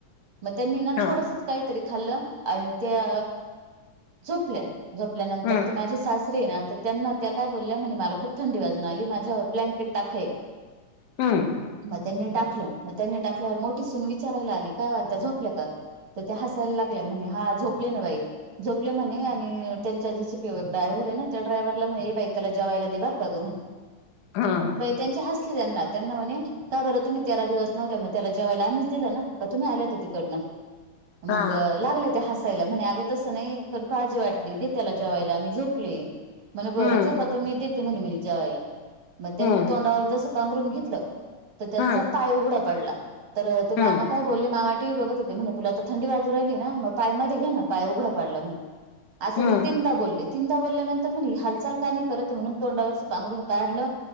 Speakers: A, on the right; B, on the left.
A: मग त्यांनी ना
B: हा
A: थोडसच काहीतरी खाल्लं, आणि त्या झोपल्या, झोपल्यानंतर
B: हम्म
A: ते माझे सास तरी त्यांना त्या काय बोलल्या म्हणे, मला खूप थंडी वाजून आली, माझ्यावर ब्लँकेट टाका एक.
B: उम्म.
A: मग त्यांनी टाकलं, मग त्यांनी टाकल्यावर मोठी सून विचारायला आली, काय वो आत्या झोपल्या का? तर त्या हसायला लागल्या म्हणे, हा झोपले ना बाई! जोपले म्हणे आणि त्यांचा जीसीपीवर डायव्हर आहे ना त्या ड्रायव्हरला म्हणे, बाई, त्याला जेवायला दे ग. कघवण.
B: हं..
A: त्यांचे हसले त्यांना, त्यांना म्हणे. काय बरं, तुम्ही तेरा दिवस नव्हत्या? मग त्याला जेयला आम्हीच दिलं ना, का तुम्ही आल्या होत्या तिकडनं?
B: हा
A: मग लागलं ते हसा म्हंणे अगं तसं नाहीं पणं काळजी वाटली दे त्यांला जेवांयला मी झोपले म्हंणे बरं
B: हम्म
A: झोपा तुम्हीं तरं मी देते म्हंणे म्हं जेवांयला मंग त्यांनी
B: हम्म
A: तोंडावरं जसं पांघरून घेतलं तरं त्यांचा
B: हम्म
A: पांय उघडां पडलां तरं ते मामा
B: हम्म
A: कायं बोलले मामा टिवी बघतं होते म्हंणे तुलां आंता थंडी वाजूं राहिली नां मगं पांय मध्यें घे नां पांय उघडां पडलां म्हंणे असं
B: हम्म
A: ते तीनंदा बोलले तीनंदा बोलल्यानंतर म्हंणे हं हालचांल कां नाहीं करतं म्हणूंन तोंडावरचं पांगरून काढलं